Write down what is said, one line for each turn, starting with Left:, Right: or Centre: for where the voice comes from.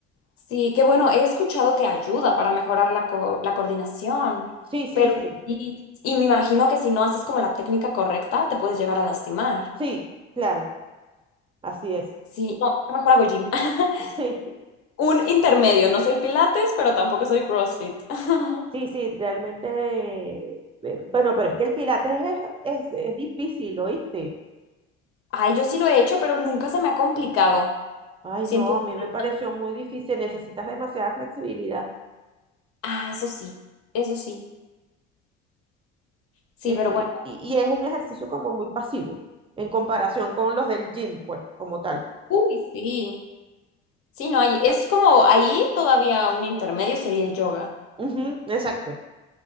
Left: Sí, qué bueno. He escuchado que ayuda para mejorar la, co- la coordinación,
Right: Sí, sí,
Left: pero
Right: sí,
Left: sí, y me imagino que si no haces como la técnica correcta, te puedes llegar a lastimar.
Right: sí, claro, así es.
Left: Sí, no, yo mejor hago gym. <laughs>
Right: Sí.
Left: Un intermedio. No soy pilates, pero tampoco soy CrossFit. <laughs>
Right: Sí, sí, realmente, eh, bueno, pero es que el pilates es, es, es difícil, ¿oíste?
Left: Ay, yo sí lo he hecho, pero nunca se me ha complicado.
Right: Ay,
Left: Siento
Right: no, a mí
Left: que
Right: me pareció muy difícil, necesitas demasiada flexibilidad
Left: Ah, eso sí, eso sí. Sí,
Right: es
Left: pero
Right: mu-
Left: bueno.
Right: y, y es un ejercicio como muy pasivo en comparación con los del gym, pues, como tal.
Left: Uy, sí. Sí, no, hay, es como ahí todavía un intermedio sería el yoga,
Right: Ujú, exacto,